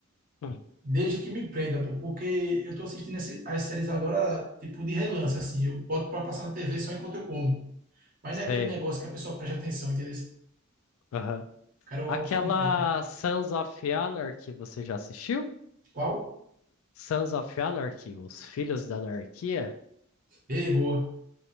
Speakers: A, on the left; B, on the right.
A: Hum.
B: Desde que me prenda, pô, porque eu tô assistindo esse- as séries agora, tipo, de relance, assim. Eu boto pra passar na TV só enquanto eu como. Mas
A: Sei.
B: não é aquele negócio que a pessoa presta atenção, entendeu?
A: Aham.
B: Quero
A: Aquela
B: algo que me prenda.
A: Sons of Anarchy, você já assistiu?
B: Qual?
A: Sons of Anarchy, Os Filhos da Anarquia?
B: Ei, boa.